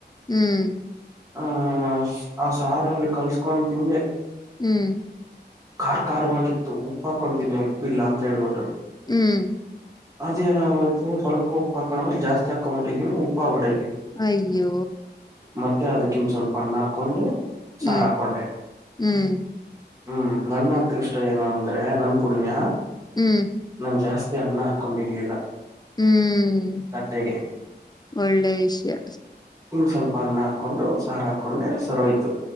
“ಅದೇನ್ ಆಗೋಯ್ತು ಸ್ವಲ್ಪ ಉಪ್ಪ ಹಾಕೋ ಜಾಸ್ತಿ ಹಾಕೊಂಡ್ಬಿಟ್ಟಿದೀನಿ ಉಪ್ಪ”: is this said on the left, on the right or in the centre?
Right